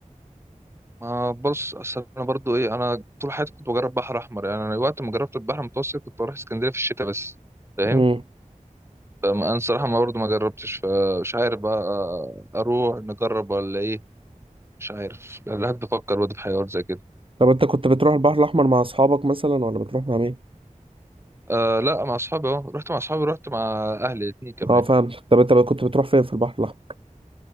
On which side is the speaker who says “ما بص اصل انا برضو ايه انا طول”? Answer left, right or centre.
Right